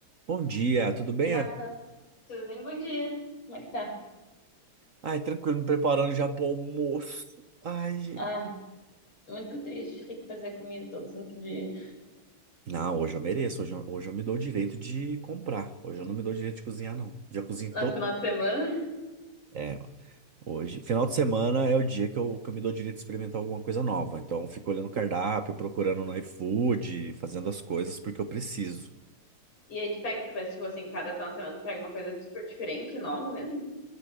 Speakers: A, on the right; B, on the left.
A: Bom dia, tudo bem?
B: Oi, Rafa,
A: Ana?
B: Tudo bem? Bom dia. como é que tá?
A: Ai, tranquilo, me preparando já pro almoço. Ai, gente.
B: Ah, muito triste ter que fazer comida todo santo dia.
A: Não, hoje eu mereço, hoje eu, hoje eu me dou o direito de comprar. Hoje eu não me dou o direito de cozinhar, não. Já cozinhei
B: No
A: todo.
B: final de semana?
A: É, hoje. Final de semana é o dia que eu, que eu me dou o direito de experimentar alguma coisa nova. Então eu fico olhando o cardápio, procurando no iFood, fazendo as coisas porque eu preciso.
B: E aí tu pega, mas tipo assim, cada final de semana tu pega uma coisa super diferente, nova mesmo?